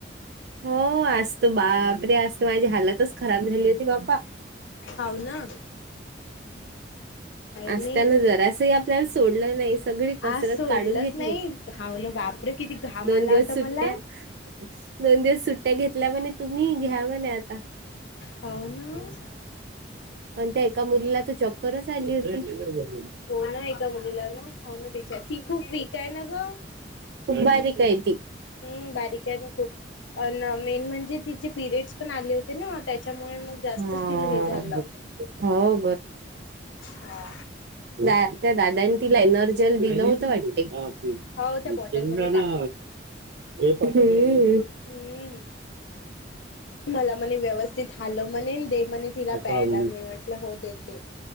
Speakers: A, on the right; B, on the left.
A: हो आज त बापरे आज त माझी हालतच खराब झाली होती बापा
B: हावनं
A: आस
B: नाही
A: त्यानं जरासही आपल्याले सोडलं नाहीस. सगळी कसरत
B: आज सोडलंच
A: काढून घेतली,
B: नाही हाव ना बापरे किती घाम
A: दोन
B: आला
A: दिवस
B: होता
A: सुट्ट्या
B: मला
A: - दोन दिवस सुट्ट्या घेतल्या म्हणे तुम्ही, घ्या म्हणे आता
B: हाव न
A: पण त्या एका मुलीला तर चक्करच आली होती
B: हो ना एका मुलीला ना खाऊन बिच ती खूप वीक आहे ना ग
A: तु बारी कायती
B: हम् बारीक आहे ना खूप प मेन म्हणजे तिचे पिरियड्स पण आले होते ना त्या त्याच्यामुळे मग जास्त
A: हा
B: ति हे झालं
A: हो
B: हा
A: द त्या दादनी तिला एनर्जल दिलं होत वाटते केंद्र
B: हो त्या बॉटलमध्ये
A: ना
B: टाकून
A: व्यवहारतले
B: हम्म. मला म्हणे व्यवस्थित हालव म्हणे न दे म्हणे तिला
A: पकडाव
B: प्यायला मी म्हटलं हो देते.